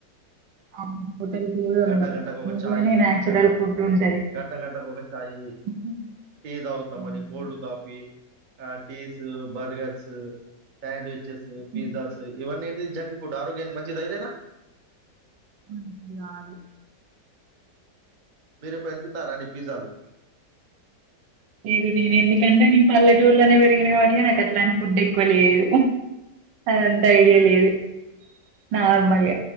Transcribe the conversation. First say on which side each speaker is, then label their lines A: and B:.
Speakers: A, on the right; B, on the right.
A: హోటల్ కూడా
B: గంట
A: ఉండవు
B: గంటకు ఒక
A: ఇంట్లోనే
B: ఛాయి,
A: న్యాచురల్
B: గంట
A: ఫుడ్ ఉంటది
B: గంట గంటకు ఒక ఛాయి,
A: ఉహు.
B: టీ తాగుతామని
A: ఉమ్.
B: Cold coffee. ఆ. పీసు, బర్గర్సు. Sandwiches. పిజ్జాస్,
A: ఉమ్.
B: ఇవన్నీ ఏంటి జంక్ ఫుడ్, ఆరోగ్యానికి మంచిద ఎదైన.
A: మంచిది కాదు
B: మీరేపుడైనా తిన్నారండి పిజాలు.
A: లేదు నేను ఎందుకంటే నేను పల్లెటూర్లోనే పెరిగిన పేరిగిన కావట్టి ఇగ నాకు అట్లాంటి ఫుడ్ ఎక్కువ లేదు, అంత ఐడియా లేదు, నార్మల్ గ.